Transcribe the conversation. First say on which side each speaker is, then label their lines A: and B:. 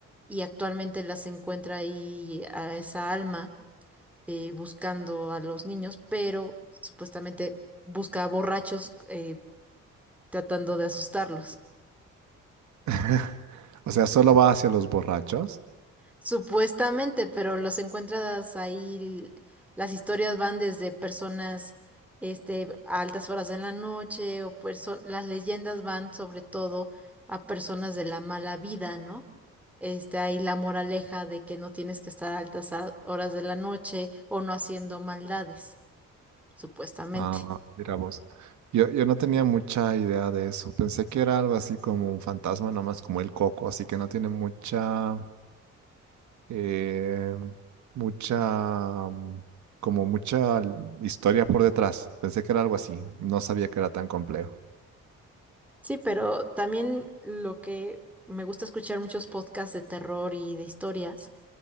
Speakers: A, in the centre; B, on the right (about 70°).
A: y actualmente las encuentra ahí a esa alma eh, buscando a los niños, pero supuestamente busca a borrachos eh, tratando de asustarlos.
B: <laughs> O sea, ¿solo va hacia los borrachos?
A: Supuestamente, pero los encuentras ahí, las historias van desde personas, este, a altas horas de la noche, o perso- las leyendas van sobre todo a personas de la mala vida, ¿no? Este, ahí la moraleja de que no tienes que estar a altas a- horas de la noche o no haciendo maldades, supuestamente.
B: Ah, mira vos. Yo, yo no tenía mucha idea de eso. Pensé que era algo así como un fantasma, nomás como el coco, así que no tiene mucha, eh, mucha, mm, como mucha l- historia por detrás. Pensé que era algo así. No sabía que era tan complejo.
A: Sí, pero también lo que me gusta escuchar muchos podcasts de terror y de historias